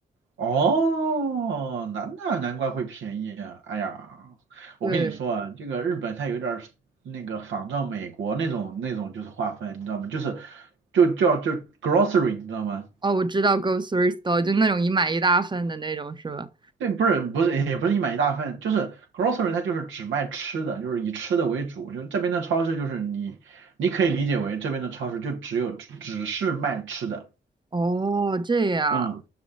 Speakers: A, on the right; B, on the right.
A: 哦，难那难怪会便宜啊。哎呀，我跟你说啊，
B: 对，
A: 这个日本它有点儿那个仿照美国那种那种就是划分，你知道吗？就是就叫就 grocery，你知道吗？
B: 哦，我知道 grocery store 就那种一买一大份的那种，是吧？
A: 对，不是不是也不是一买一大份，就是 grocery 它就是只卖吃的，就是以吃的为主。就这边的超市就是你你可以理解为这边的超市就只有只是卖吃的。
B: 哦，这样，
A: 嗯。